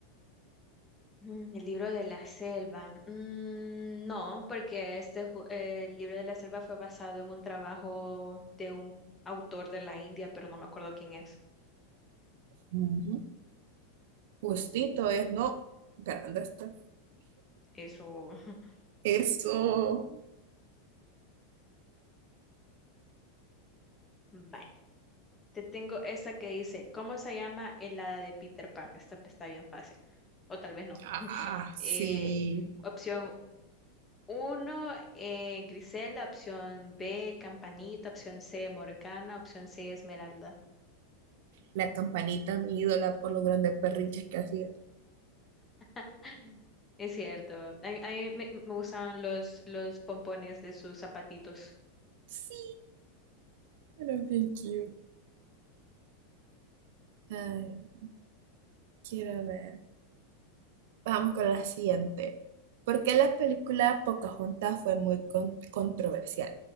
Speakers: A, on the left; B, on the right.
A: Mm, el libro de la selva. Mm, no, porque este ju- eh, el libro de la selva fue basado en un trabajo de un autor de la India, pero no me acuerdo quién es.
B: Ujú. Justito es no. Grande está.
A: Eso. <laughs>
B: Eso.
A: Bye. Te tengo esta que dice, ¿cómo se llama el hada de Peter Pan? Esta está bien fácil. O tal vez no.
B: Ah, sí.
A: Eh, opción Uno, eh, Griselda, opción B, Campanita, opción C, Morgana, opción C, Esmeralda.
B: La campanita, mi ídola, por los grandes perrinches que hacía.
A: <laughs> Es cierto. A, mí a mí me, me gustaban los, los pompones de sus zapatitos.
B: Sí. Era bien cute. Ay, quiero ver. Vamos con la siguiente. ¿Por qué la película Pocahontas fue muy con- controversial?